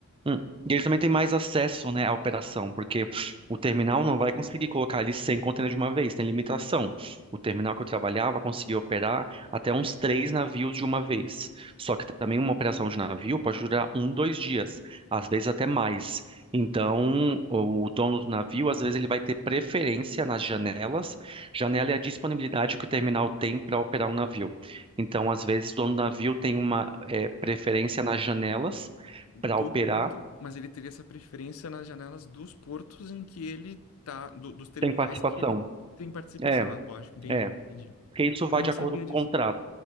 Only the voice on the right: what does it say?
Hum. E eles também têm mais acesso, né, à operação, porque o terminal não vai conseguir colocar ali 100 contêineres de uma vez, tem limitação. O terminal que eu trabalhava conseguia operar até uns três navios de uma vez. Só que também uma operação de navio pode durar um, dois dias, às vezes até mais. Então, o dono do navio, às vezes, ele vai ter preferência nas janelas. Janela é a disponibilidade que o terminal tem para operar um navio. Então, às vezes, o dono do navio tem uma, eh, preferência nas janelas
para operar
Tem participação.
É,
é.
Porque isso vai
de acordo
com o
contrato.